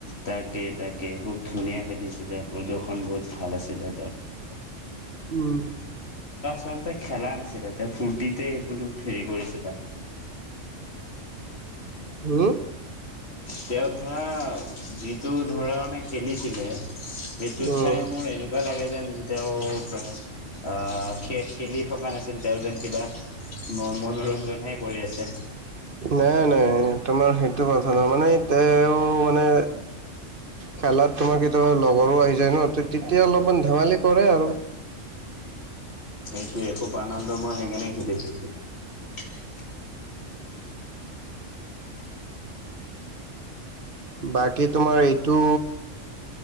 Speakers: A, on the left; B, on the right.
A: তাকে তাকে খুব ধুনীয়া খেলিছিলে প্ৰদৰ্শন বহুত ভাল আছিলে তাৰ। <unintelligible>
B: উম'।
A: তেওঁৰ মতে খেলা নাছিলে, তেওঁ ফূৰ্তিতে বোলো হেৰি কৰিছিলা।
B: হম।
A: তেওঁ ধৰা যিটো ধৰা মানে খেলিছিলে। সেইটোত
B: উম,
A: চাই মোৰ এনেকুৱা লাগে যেন তেওঁ ধৰা আহ, খে-খেলি থকা নাছিল তেওঁ যেন কিবা। ম-মনোৰঞ্জনহে কৰি আছে।
B: নাই নাই তোমাৰ সেইটো কথা নহয় মানে তেওঁ মানে খেলাত তোমাৰ কেতিয়াবা লগৰো আহি যায় ন, তেতিয়া অলপমান ধেমালি কৰে আৰু।
A: সেইটোৱে খুব আনন্দময় সেইকাৰণেই সুধিছো। <unintelligible>
B: বাকী তোমাৰ এইটো